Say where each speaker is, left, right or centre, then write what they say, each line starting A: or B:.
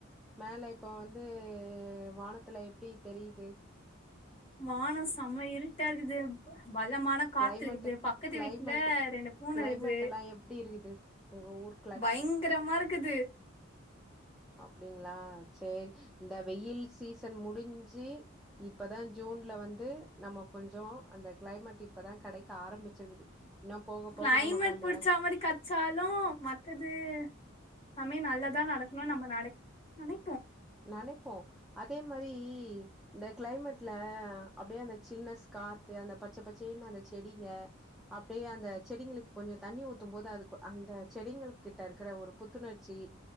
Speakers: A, in the centre; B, on the left.
A: மேல இப்ப வந்து வானத்துல எப்டி தெரிது
B: வான செம இருட்டா இர்க்குது பலமான காத்து
A: கிளைமேட்டு
B: இருக்குது பக்கத்து
A: கிளைமேட்டு
B: வீட்ல ரெண்டு பூன
A: கிளைமேட்
B: இருக்குது
A: எல்லா எப்டி இருக்குது உங்க ஊர்
B: பயங்ரமா இருக்குது
A: அப்படிங்ளா சேரி இந்த வெயில் சீசன் முடிஞ்சு இப்பதா ஜூன்ல வந்து நம்ம கொஞ்ச அந்த கிளைமேட் இப் பதா கெடைக்க ஆரம்பிச்சிருக்குது இன்னு போக
B: கிளைமேட்
A: போக நமக்கு அந்த
B: புடிச்ச மாரி கெச்சாலு மத்தது எல்லாமே நல்லதா நடக்கணுன் நம்ம நெ னை
A: நெனைப்போ அதே மாரி இந்த கிளைமேட்ல அப்டியே அந்த சில்னஸ் காத்து அந்த பச்ச பச்சயேன்னு அந்த செடிங்க அப்டியே அந்த செடிங்களுக்கு கொஞ்ச தண்ணி ஊத்தும் போது அதுக்கு அந்த செடிங்கள் கிட்ட இருக்கற ஒரு புத்துணர்ச்சி